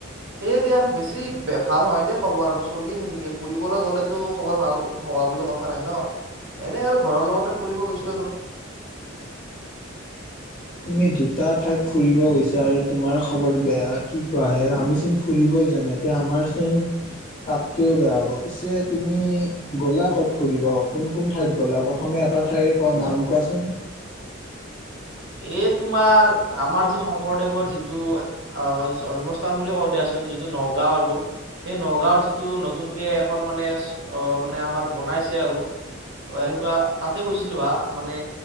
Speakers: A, on the right; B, on the left.
A: এইে দা বেছি বে ভাল নহয় দেই খবৰ আৰু চলি আছে ঠিকে ফুৰিবলৈ গ'লে তো খবৰ ভাল হোৱা বুলি কথা নাই ন এনে আৰু ঘৰৰ লগতে ফুৰিব গৈছোঁ আৰু
B: তুমি দুটা ঠাইত ফুৰিব গৈছা আৰু তোমাৰ খবৰ বেয়া কি কোৱা হে আমি চোন ফুৰিবই জান এতিয়া আমাৰচোন তাতকেও বেয়া হ'ব পিছে তুমি গ'লা ক'ত ফুৰিব কোন কোন ঠাইত গ'লা ক'ত প্ৰথমে এটা ঠাইৰে কোৱা নাম কোৱাচোন
A: এই তোমাৰ আমাৰ যি শংকৰদেৱৰ যিটো আহ জন্মস্থান বুলি কওঁ দিয়াচোন যিটো নগাঁও আৰু সেই নগাঁওৰ যিটো নতুনকে এখন মানে মানে আমাৰ বনাইছে আৰু অ', এনেকুৱা তাতে গৈছিলোঁ হ মানে